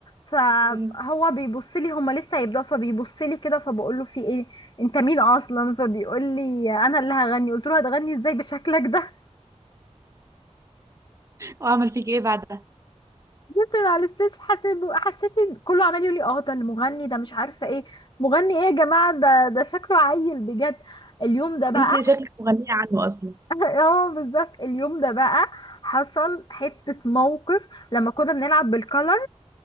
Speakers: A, on the left; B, on the right.
A: فهو
B: مم.
A: بيبص لي هما لسه هيبداوا فبيبص لي كده فبقول له في ايه انت مين اصلا فبيقول لي انا اللي هغني قلت له هتغني ازاي بشكلك ده <laughs>
B: وأعمل فيك إيه بعدها
A: قلت له على الستيج حسيت حسيت إن كله عمال يقول لي اه ده المغني ده مش عارفه ايه مغني ايه يا جماعه ده ده شكله عيل بجد اليوم ده بقى
B: أنت شكلك مغنية عنه أصلا
A: <laughs> اه بالظبط اليوم ده بقى حصل حته موقف لما كنا بنلعب بالكلر